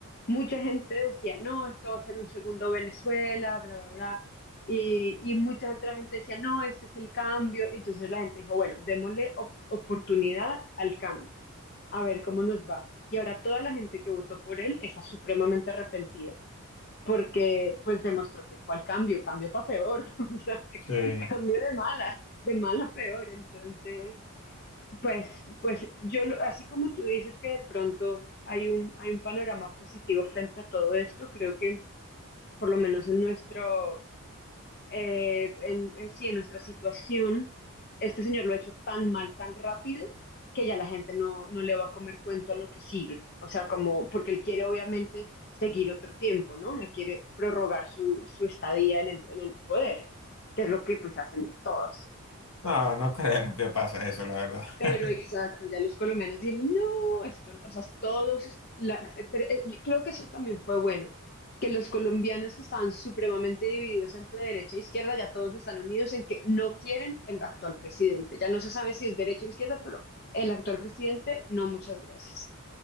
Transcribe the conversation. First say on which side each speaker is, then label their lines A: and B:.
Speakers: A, on the left; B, on the left.
A: mucha gente decía, no, esto va a ser un segundo Venezuela, bla, bla, bla. Y, y mucha otra gente decía, no, este es el cambio. Entonces la gente dijo, bueno, démosle op- oportunidad al cambio, a ver cómo nos va. Y ahora toda la gente que votó por él está supremamente arrepentida porque pues demostró que cuál cambio, cambio para peor, <laughs> o sea, que
B: Sí.
A: cambio de mala, de mala a peor, entonces, pues, pues yo, lo- así como tú dices que de pronto hay un, hay un panorama positivo frente a todo esto, creo que por lo menos en nuestro, eh, en, eh, sí, en nuestra situación, este señor lo ha hecho tan mal, tan rápido, que ya la gente no, no le va a comer cuento a lo que sigue. O sea, como, porque él quiere obviamente seguir otro tiempo, ¿no? Él quiere prorrogar su, su estadía en el, en el poder, que es lo que pues hacen todos.
B: No, no creemos que pase eso, la verdad.
A: Pero
B: <laughs>
A: exacto, ya los colombianos dicen, no, esto, o sea, todos, es- la, eh, pero, eh, y creo que eso también fue bueno, que los colombianos que estaban supremamente divididos entre derecha e izquierda, ya todos están unidos en que no quieren el actual presidente. Ya no se sabe si es derecha o izquierda, pero el actual presidente, no, muchas gracias.